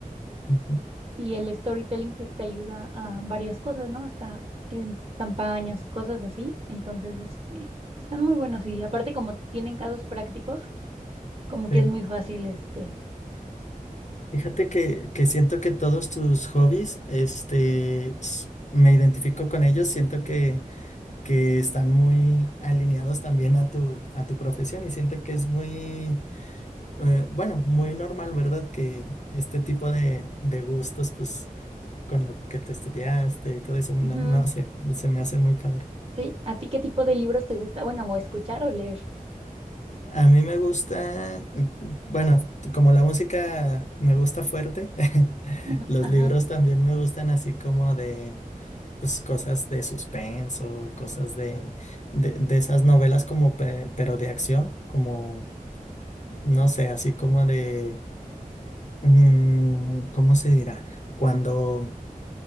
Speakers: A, on the left; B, on the right.
A: ujú,
B: y el storytelling pues te ayuda a varias cosas, ¿no? Hasta en campañas y cosas así. Entonces, este, están muy buenos y aparte como tienen casos prácticos, como que
A: sí.
B: es muy fácil, este.
A: Fíjate que, que siento que todos tus hobbies, este, s- me identifico con ellos, siento que, que están muy alineados también a tu, a tu profesión y siento que es muy, eh, bueno, muy normal, ¿verdad? Que este tipo de, de gustos, pues con lo que tú estudiaste y todo eso, no,
B: ujú,
A: no sé, se me hace muy padre.
B: Sí, ¿a ti qué tipo de libros te gusta? Bueno, o escuchar o leer.
A: A mí me gusta, eh, bueno, como la música me gusta fuerte, <laughs>
B: <laughs>
A: los
B: Ajá.
A: libros también me gustan así como de, pues cosas de suspenso, cosas de, de, de esas novelas como, pe- pero de acción, como, no sé, así como de, mm, ¿cómo se dirá? Cuando...